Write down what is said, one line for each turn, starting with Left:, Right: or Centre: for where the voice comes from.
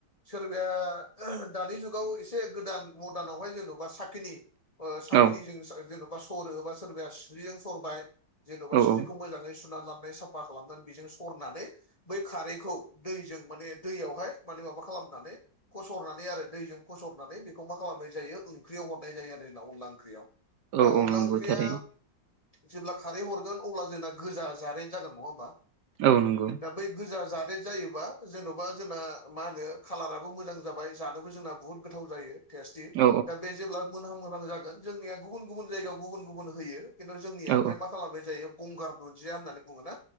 Left: सोरबाया दानि जुगाव एसे गोदान मदार्नावहाय जेनेबा साख्नि ओ साखिनिजों
Right: औ
Left: जेन'बा सरो बा सोरबाया सिस्रिजों सरबाय जेन'बा सिस्रिखौ
Right: औ
Left: मोजाङै सुनानै लाबनाय साफा खालामनानै बेजों सरनानै बै खारैखौ दैजों माने दैयावहाय माने माबा खालामनानै। फसरनानै आरो दैजों खसरनानै बेखौ मा खालामनाय जायो ओंख्रियाव हरनाय जायो आरो जोंना अनला ओंख्रियाव
Right: औ
Left: दा
Right: औ
Left: अनला
Right: नंगौ
Left: ओंख्रिआ
Right: थारैनो
Left: जेब्ला खारै हरगोन अब्ला जोंना गोजा जारेद जागोन नङा होमबा
Right: औ नंगौ
Left: दा बै गोजा जारेद जायोबा जेन'बा जोंना मा होनो खालाराबो मोजां जाबाय जानोबो जोंना। बुहुद गोथाव जायो। टेस्टि
Right: औ
Left: दा बे जेब्ला मोनहाम मोनहां जागोन जोंनिया गुबुन गुबुन जायगायाव गुबुन गुबुन होयो। खिन्थु जोंनियावहाय
Right: औ
Left: मा खालामनाय जायो गंगार दुुनदिया होननानै बुङोना